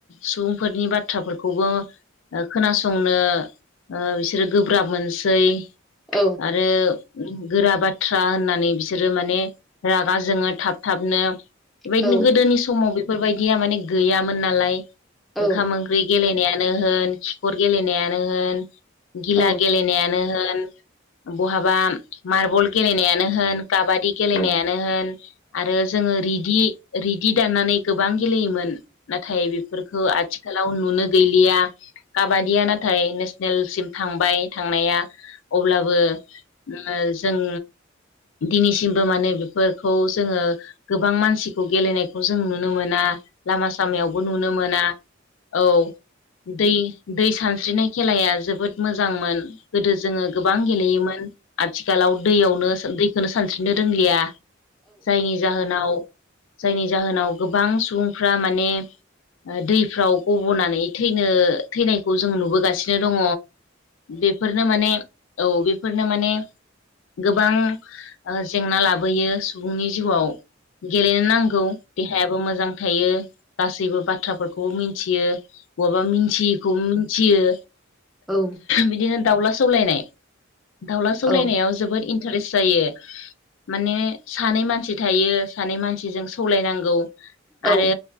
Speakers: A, on the left; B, in the centre.
A: सुबुंफोरनि बाथ्राफोरखौबो ओ खोनासंनो ओ बिसोरो गोब्राब मोनसै
B: औ
A: आरो गोरा बाथ्रा होननानै बिसोरो माने रागा जोङो थाब थाबनो बेबायदिनो
B: औ
A: गोदोनि समाव बेफोरबायदिया माने गैयामोन नालाय
B: औ
A: ओंखाम ओंख्रि गेलेनायानो होन खिखर गेलेनायानो होन गिला
B: औ
A: गेलेनायानो होन बहाबा मार्बल गेलेनायानो होन काबादि गेलेनायानो
B: औ
A: होन आरो जोङो रिदि रिदि दाननानै गोबां गेलेयोमोन नाथाय बेफोरखौ आथिखालाव नुनो गैला काबादिया नाथाय नेसनेलसिम थांबाय थांनाया अब्लाबो ओ जों दिनैसिमबो माने बेफोरखौ जोङो गोबां मानसिखौ गेलेनायखौ जों नुनो मोना लामा सामायावबो नुनो मोना औ दै दै सानस्रिनाय खेलाया जोबोद मोजांमोन गोदो जोङो गोबां गेलेयोमोन आथिखालाव दैयावनो दैखौनो सानस्रिनो रोंलिया जायनि जाहोनाव जायनि जाहोनाव गोबां सुबुंफ्रा माने दैफ्राव गब'नानै थैनो थैनायखौ जों नुबोगासिनो दङ बेफोर नो माने औ बेफोरनो माने गोबां ओ जेंना लाबोयो सुबुंनि जिउआव गेलेनो नांगौ देहायाबो मोजां थायो गासैबो बाथ्राफोरखौ मिथियो बबेबा मिथियैखौबो मिथियो
B: औ
A: बिदिनो दाउला सौलायनाय दाउला सौलायनायाव
B: औ
A: जोबोद इटारेस जायो माने सानै मानसि थायो सानै मानसिजों सौलायनांगौ
B: औ
A: आरो